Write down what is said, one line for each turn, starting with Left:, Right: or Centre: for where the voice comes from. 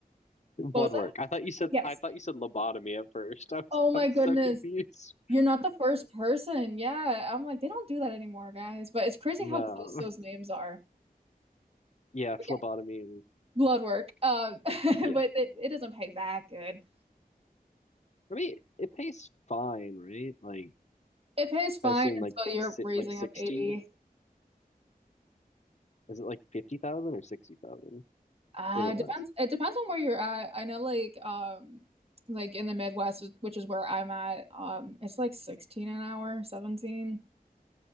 Left: blood
Right: what was that?
Left: work. I thought you said
Right: Yes.
Left: I thought you said lobotomy at first. <laughs> I am
Right: Oh my
Left: I I'm
Right: goodness.
Left: so confused.
Right: You're not the first person. Yeah. I'm like, they don't do that anymore, guys. But it's crazy
Left: No.
Right: how close those names are.
Left: Yeah,
Right: But
Left: phlebotomy
Right: yeah,
Left: and
Right: blood work. Uh, <laughs> but
Left: yeah.
Right: it, it doesn't pay that good.
Left: I mean, it pays fine, right? Like
Right: It pays fine
Left: I assume
Right: until
Left: like
Right: you're
Left: si
Right: raising
Left: like 60.
Right: a baby.
Left: Is it like 50,000 or 60,000?
Right: Uh,
Left: Or is it
Right: it depends.
Left: less?
Right: It depends on where you're at. I know, like, um, like in the Midwest, which is where I'm at, um, it's like 16 an hour, 17.